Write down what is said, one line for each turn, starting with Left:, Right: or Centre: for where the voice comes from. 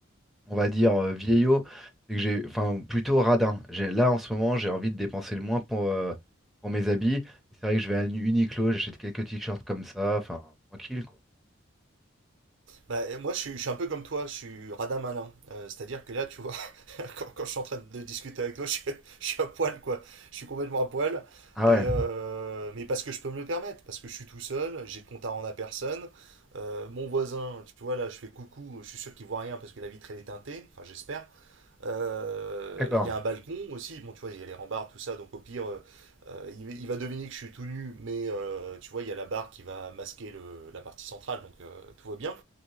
Centre: on va dire, euh, vieillot, c'est que j'ai, enfin, plutôt radin. J'ai, là, en ce moment, j'ai envie de dépenser le moins pour, euh, pour mes habits. Et c'est vrai que je vais à Uniqlo, j'achète quelques t-shirts comme ça, enfin, tranquille, quoi.
Right: Bah, et moi, je suis, je suis un peu comme toi, je suis radin malin. Euh, c'est-à-dire que là, tu vois, <laughs> quand, quand je suis en train de discuter avec toi, je, suis <laughs> je suis à poil, quoi. Je suis complètement à poil.
Centre: Ah
Right: Et
Centre: ouais,
Right: euh, mais parce que je peux me le permettre, parce que je suis tout seul, j'ai de compte à rendre à personne. Euh, mon voisin, tu vois, là, je fais coucou, je suis sûr qu'il voit rien parce que la vitre, elle est teintée, enfin, j'espère. Euh,
Centre: d'accord.
Right: Il y a un balcon aussi, bon, tu vois, il y a les rambardes, tout ça, donc au pire, euh, euh, il, il va deviner que je suis tout nu, mais euh, tu vois, il y a la barre qui va masquer le- la partie centrale, donc euh, tout va bien.